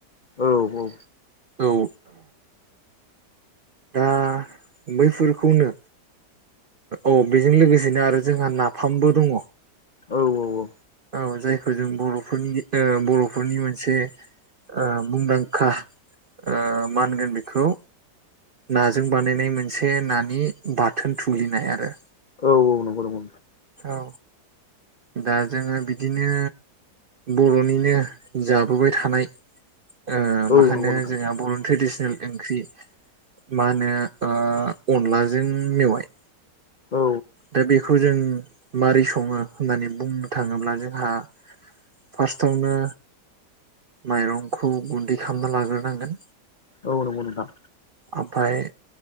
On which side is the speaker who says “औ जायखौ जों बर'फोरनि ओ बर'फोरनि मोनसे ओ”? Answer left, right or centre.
Right